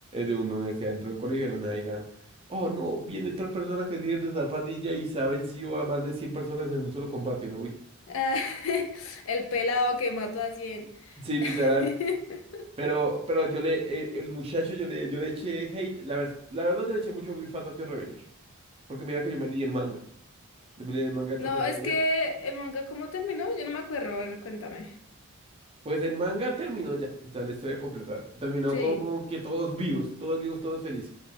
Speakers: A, on the right; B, on the left.
A: de una universidad, dentro de un colegio y de la nada digan, oh no, viene otra persona que es líder de tal pandilla y se ha vencido a más de 100 personas en un solo combate, ¿no? Uy.
B: "Ah, <laughs> el pelado que mató a cien
A: Sí, literal.
B: <laughs>
A: Pero, pero yo le, el, el muchacho, yo le, yo le eché hate. La, ver- la verdad, yo le eché mucho beef a Tokyo Revenger. Porque mira que yo me leí el manga. Yo me leí el manga de
B: No,
A: Tokyo Revenger.
B: es que el manga, ¿cómo terminó? Yo no me acuerdo, a ver, cuéntame.
A: Pues el manga terminó ya, o sea, la historia completa. Terminó
B: Sí,
A: como que todos vivos, todos vivos, todos felices.